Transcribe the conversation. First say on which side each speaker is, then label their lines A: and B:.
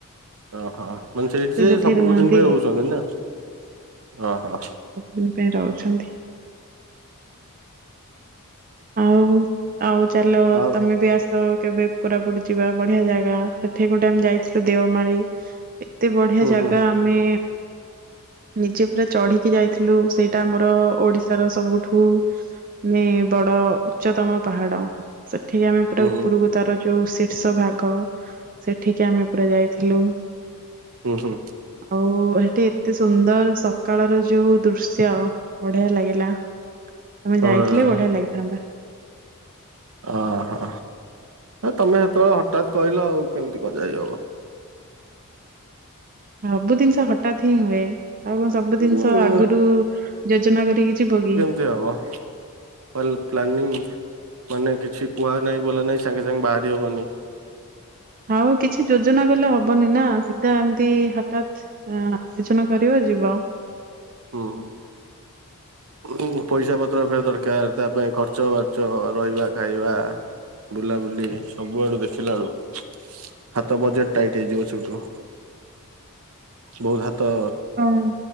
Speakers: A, on the right; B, on the right.
A: ଅ ହ ମାନେ ସେଇଠି ସେ
B: ସେଠି
A: ସବୁଦିନ
B: ରୁହନ୍ତି
A: ପାଇଁ ରହୁଛନ୍ତି ନା ଅହ।
B: ଦିନ ପାଇଁ ରହୁଛନ୍ତି। ଆଉ ଆଉ ଚାଲ
A: ଆଉ
B: ତମେ ବି ଆସ କେବେ କୋରାପୁଟ ଯିବା ବଢିଆ ଜାଗା ସେଠି ଗୋଟେ ଆମେ ଯାଇଥିଲୁ ଦେଓମାଳି। ଏତେ ବଢିଆ
A: ହୁଁ
B: ଜାଗା
A: ହୁଁ
B: ଆମେ ନିଜେ ପୁରା ଚଢିକି ଯାଇଥିଲୁ, ସେଇଟା ଆମର ଓଡିଶାର ସବୁଠୁ ମାନେ ବଡ ଉଚ୍ଚତମ ପାହାଡ, ସେଠି ଆମେ ପୁରା
A: ହୁଁ
B: ଉପରକୁ
A: ହୁଁ
B: ତାର ଯୋଉ ଶୀର୍ଷ ଭାଗ ସେଠିକି ଆମେ ପୁରା ଯାଇଥିଲୁ।
A: ହୁଁ ହୁଁ
B: ଆଉ ହେଟି ଏତେ ସୁନ୍ଦର ସ ସକାଳର ଯୋଉ ଦୃଶ୍ୟ ବଢିଆ ଲାଗିଲା। ତମେ ଯାଇଥିଲେ
A: ଓ
B: ବଢିଆ
A: ହୋ,
B: ଲାଗିଥାନ୍ତା।
A: ଅ ହ। ତମେ ହେତବେଳେ ହଠାତ୍ କହିଲ ଆଉ କେମିତି କଁ ଯାଇ ହବ।
B: ସବୁ ଜିନିଷ ହଠାତ୍ ହିଁ ହୁଏ। ଆଉ କଣ ସବୁ
A: ଉଁ
B: ଜିନିଷ ଆଗୁରୁ ଯୋଜନା କରିକି ଯିବ କି।
A: ଯେ ଅବ। ପଲ ପ୍ଲାନିଂ ମାନେ କିଛି କୁହା ନାହିଁ ବୋଲା ନାହିଁ ସାଙ୍ଗେ ସାଙ୍ଗେ ବାହାରି ହବନି।
B: ଆଉ କିଛି ଯୋଜନା କଲେ ହବନି ନା ସିଧା ଏମିତି ହଠାତ୍। ହ ଆଲୋଚନା କରିବ ଯିବ।
A: ହୁଁ, ପଇସା ପତ୍ର ଫେର ଦରକାର ତା ପାଇଁ ଖର୍ଚ୍ଚ ବା ଖର୍ଚ ରହିବା ଖାଇବା ବୁଲାବୁଲି ସବୁଆଡୁ ଦେଖିଲାଳୁ ହାତ ବଜେଟ ଟାଇଟ୍ ହେଇଯିବ ସେଇଠୁ, ବହୁତ ହାତ
B: କଂ